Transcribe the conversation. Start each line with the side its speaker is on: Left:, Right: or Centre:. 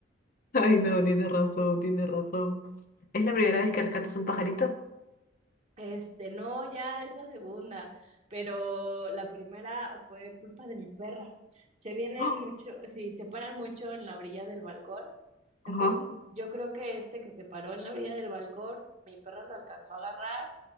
Left: Ay, no, tiene razón, tiene razón. ¿Es la primera vez que rescatas un pajarito?
Right: Este, no, ya es la segunda, pero la primera fue culpa de mi perra. Se vienen
Left: ¡Oh!
Right: mucho, sí, se paran mucho en la orilla del balcón. Entonces,
Left: Ajá.
Right: yo creo que este que se paró en la orilla del balcón, mi perra lo alcanzó a agarrar